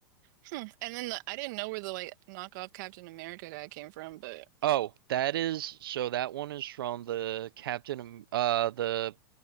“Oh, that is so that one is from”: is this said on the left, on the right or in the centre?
Right